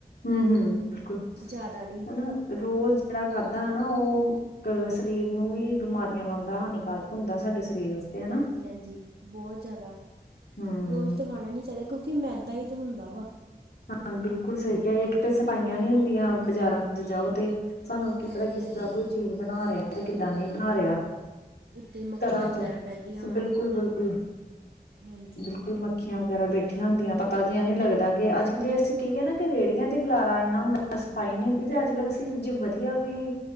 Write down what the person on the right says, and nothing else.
ਜ਼ਿਆਦਾ ਨਹੀਂ‌।
ਹਾਂਜੀ-ਹਾਂਜੀ, ਬਹੁਤ ਜ਼ਿਆਦਾ
ਰੋਜ਼ ਤਾਂ ਖਾਣਾ ਨਹੀਂ ਚਾਹੀਦਾ ਕਿਉਂਕਿ, ਮੈਦਾ ਹੀ ਤੋ, ਹੁੰਦਾ ਵਾ।
ਹਾਂਜੀ
ਹਾਂਜੀ
ਤੇ ਮੱਖੀਆਂ
ਵਗੈਰਾ ਬਹਿੰਦੀਆਂ ਵਾ,
ਹਾਂਜੀ।